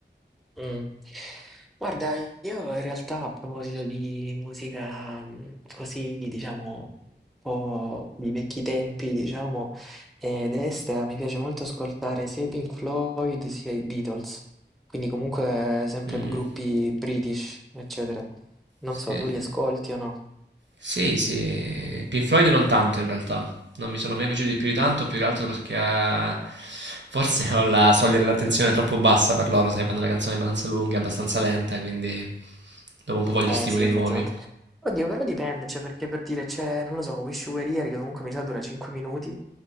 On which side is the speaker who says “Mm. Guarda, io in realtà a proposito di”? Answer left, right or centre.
Centre